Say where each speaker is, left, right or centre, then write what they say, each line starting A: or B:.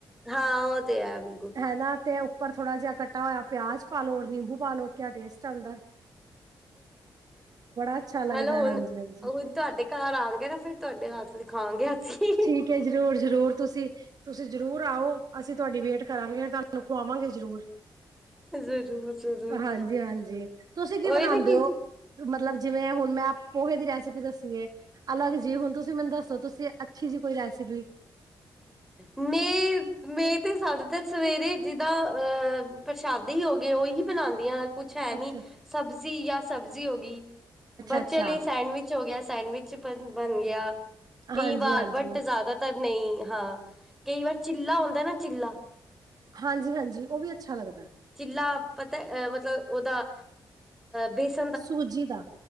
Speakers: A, in the centre; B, on the right.
A: ਹਾਂ, ਓ ਤੇ ਹੈ ਬਿਲਕੁਲ।
B: ਹੈਨਾ ਤੇ ਉੱਪਰ ਥੋੜ੍ਹਾ ਜੇਆ ਕੱਟਾ ਹੋਆ ਪਿਆਜ ਪਾਲੋ, ਹੋਰ ਨਿੰਬੂ ਪਾਲ ਲੋ ਕਿਆ ਟੇਸਟ ਆਂਦੈ। ਅੱਛਾ ਲੱਗਦਾ
A: ਹੈਲੋ ਹੁਣ
B: ਹਾਂਜੀ ਹਾਂਜੀ
A: ਤੁਆਡੇ ਘਰ ਆਨਗੇ ਨਾ ਫੇਰ ਤੁਆਡੇ ਹੱਥ ਖਾਵਾਂਗੇ ਅਸੀ।
B: ਠੀਕ ਏ, ਜਰੂਰ-ਜਰੂਰ, ਤੁਸੀ ਤੁਸੀ ਜਰੂਰ ਆਓ, ਅਸੀ ਤੁਆਡੀ ਵੇਟ ਕਰਾਂਗੇ। ਤੁਆਨੂੰ ਤੁਆਨੂੰ ਖਵਾਵਾਂਗੇ ਜਰੂਰ।
A: ਜ਼ਰੂਰ ਜ਼ਰੂਰ
B: ਹਾਂਜੀ-ਹਾਂਜੀ, ਤੁਸੀਂ
A: ਉਹੀ
B: ਕੀ ਬਣਾਉਂਦੇ
A: ਨਾ ਕਿ
B: ਓ? ਮਤਲਬ ਜਿਵੇਂ ਹੋਣ ਮੈਂ ਪੋਹੇ ਦੀ ਰੈਸਪੀ ਦੱਸੀਏ, ਅਲੱਗ ਜੀ ਹੁਨ ਤੁਸੀਂ ਮੈਨੂੰ ਦੱਸੋ ਤੁਸੀਂ ਅੱਛੀ ਜੀ ਕੋਈ ਰੈਸਿਪੀ।
A: ਮੇ ਮੇ ਤੇ ਜਾਦਾਤਰ ਸਵੇਰੇ ਜਿੰਦਾ ਅ ਪ੍ਰਸ਼ਾਦ ਦੀ ਹੋ ਗਏ ਓਹੀ ਬਣਾਦੀਆਂ। ਕੁਛ ਹੈਨੀ।
B: ਅੱਛਾ
A: ਸਬਜ਼ੀ ਜਾਂ ਸਬਜ਼ੀ ਹੋ ਗਈ, ਬੱਚੇਆਂ
B: ਅੱਛਾ
A: ਲਈ ਸੈਂਡਵਿਚ ਵਿਚ ਹੋ ਗਿਆ ਸੈਂਡਵਿਚ ਬ ਬਣ ਗਿਆ, ਕਈ
B: ਹਾਂਜੀ
A: ਵਾਰ
B: ਹਾਂਜੀ
A: ਬਟ ਜ਼ਿਆਦਾ ਤਾਂ ਨਈਂ ਹਾਂ, ਕਈ ਵਾਰ ਚਿੱਲਾ ਹੁੰਦਾ ਨਾ ਚਿੱਲਾ।
B: ਹਾਂਜੀ-ਹਾਂਜੀ, ਓ ਵੀ ਅੱਛਾ ਲੱਗਦਾ।
A: ਚਿੱਲਾ ਪਤਾ ਅ ਮਤਲਬ ਓਦਾ ਬੇਸ
B: ਸੂਜੀ ਦਾ